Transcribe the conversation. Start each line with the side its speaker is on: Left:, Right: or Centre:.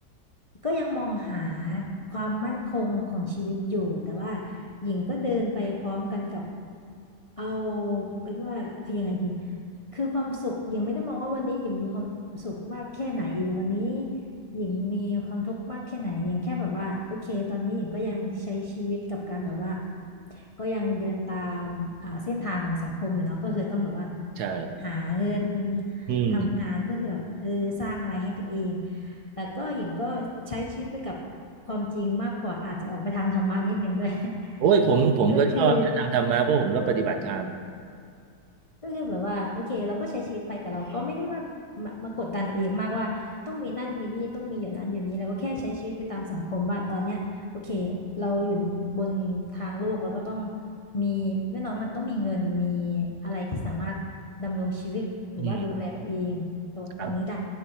Left: ก็ยังมองหาความมั่นคงของชีวิตอยู่แต่ว่าหญิงก็เดินไปพร้อมกันกับเอาเป็นว่าคือยังไงดีคือความสุขหญิงไม่ได้มองว่าวันนี้หญิงมีความสุขมากแค่ไหนหรือวันนี้หญิงมีความทุกข์มากแค่ไหนหญิงแค่แบบว่าโอเคตอนนี้หญิงก็ยังใช้ชีวิตกับการแบบว่าก็ยังเดินตามอ่าเส้นทางของสังคมอยู่เนาะก็คือต้องแบบว่า
Right: ใช่
Left: หาเงิน
Right: อืม
Left: ทำงานเพื่อที่แบบเออสร้างอะไรให้ตัวเองแต่ก็หญิงก็ใช้ชีวิตไปกับความจริงมากกว่าอาจจะออกไปทางธรรมะนิดนึงด้วย
Right: โอ้ยผมผมก็ชอบนะทางธรรมะเพราะผมก็ปฏิบัติธรรม
Left: <laughs> ก็คือ ก็คือแบบว่าโอเคเราก็ใช้ชีวิตไปแต่เราก็ไม่ได้มามามากดดันตัวเองมากว่าต้องมีนั่นมีนี่ต้องมีอย่างนั้นอย่างนี้เราก็แค่ใช้ชีวิตไปตามสังคมว่าตอนเนี้ยโอเคเราอยู่บนทางโลกเราก็ต้องมีแน่นอนมันต้องมีเงินมีอะไรที่สามารถดำรงชีวิตหรือว่าดูแลตัวเองตัวตอนนี้ได้
Right: อืมอืมครับ